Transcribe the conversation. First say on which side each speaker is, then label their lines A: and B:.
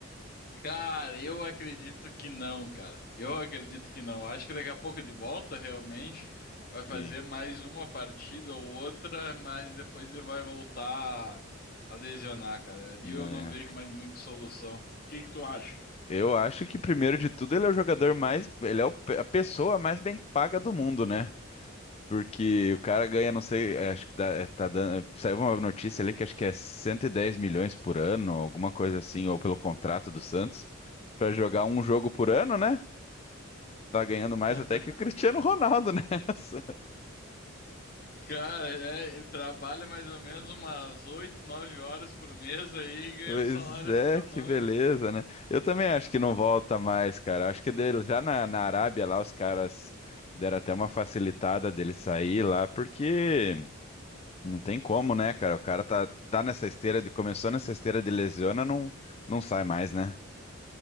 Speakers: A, on the left (about 45°); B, on the left (about 30°).
A: Cara, eu acredito que não, cara. Eu acredito que não. Acho que daqui a pouco ele volta realmente,
B: Sim,
A: vai fazer mais uma partida ou outra, mas depois ele vai voltar a lesionar, cara. Ali
B: né?
A: eu não vejo mais muita solução. O que que tu acha?
B: Eu acho que primeiro de tudo ele é o jogador mais, ele é o pe- a pessoa mais bem paga do mundo, né? Porque o cara ganha, não sei, é, acho que dá, é, tá dando, saiu uma notícia ali que acho que é 110 milhões por ano, alguma coisa assim, ou pelo contrato do Santos, pra jogar um jogo por ano, né? Tá ganhando mais
A: <laughs>
B: até que o Cristiano Ronaldo nessa. <laughs>
A: Cara, é, ele trabalha mais ou menos umas 8, 9 horas por mês aí e ganha
B: Pois
A: um salário
B: é,
A: astronômico.
B: que beleza, né? Eu também acho que não volta mais, cara. Acho que dele, já na, na Arábia lá, os caras deram até uma facilitada dele sair lá, porque não tem como, né, cara? O cara tá, tá nessa esteira de, começou nessa esteira de lesiona, não, não sai mais, né?